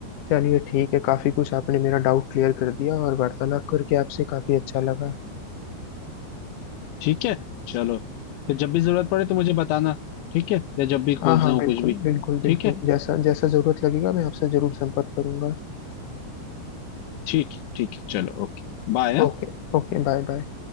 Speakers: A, on the left; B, on the left.
A: चलिए ठीक है काफ़ी कुछ आपने मेरा डाउट क्लियर कर दिया और वार्तालाप करके आपसे काफ़ी अच्छा लगा
B: ठीक है चलो फिर जब भी जरूरत पड़े तो मुझे बताना ठीक है या जब भी
A: हाँ
B: खोजना
A: हाँ
B: हो
A: बिल्कुल
B: कुछ भी
A: बिल्कुल बिल्कुल
B: ठीक है
A: जैसा जैसा ज़रूरत लगेगा मैं आपसे ज़रूर संपर्क करूंगा
B: ठीक ठीक चलो ओके बाय
A: ओके Okay bye bye